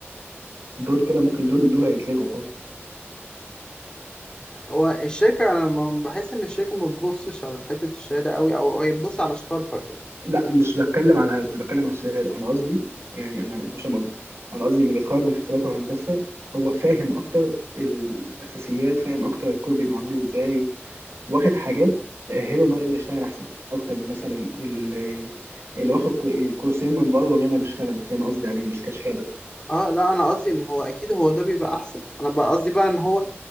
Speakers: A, on the right; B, on the left.
A: دول كده ممكن دول دول هيتلغوا خالص
B: هو الشركة انا لما بحس ان الشركة ما بتبصش على حتة الشهادة قوي او هي بتبص على شطارتك يعني
A: لا مش بتكلم على مش بتكلم على الشهاده انا قصدي يعني انا انت مش فاهم قصدي انا قصدي اللي بيتخرج من حسابات وهندسه هو فاهم اكتر الاساسيات فاهم اكتر الكود بيبقى معمول ازاي واخد حاجات تاهله ان هو يقدر يشتغل احسن اكتر من مثلا اللي اللي واخد كو- يعني كورسين من بره ويلا نشتغل ده انا قصدي عليه مش كشهاده
B: اه لا انا قصدي ما هو اكيد هو ده بيبقى احسن انا بقى قصدي بقى ان هو